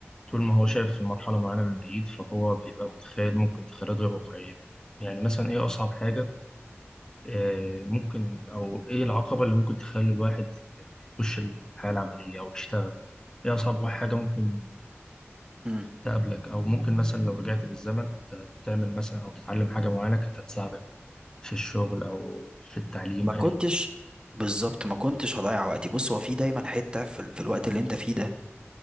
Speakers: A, on the left; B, on the right.
A: طول ما هو شايف في مرحلة معينة من بعيد فهو بيبقى متخيل ممكن تخيلات غير واقعية يعني مثلا إيه أصعب حاجة آه ممكن أو إيه العقبة اللي ممكن تخلي الواحد يخش الحياة العملية أو يشتغل إيه أصعب حاجة ممكن
B: امم
A: تقابلك او ممكن مثلا لو رجعت بالزمن كنت هتعمل مثلا او تتعلم حاجه معينه كانت هتساعدك في الشغل او في التعليم
B: ما
A: ان
B: كنتش
A: يكن
B: بالظبط ما كنتش هضيع وقتي بص هو في دايما حتة في, ال- في الوقت اللي انت فيه ده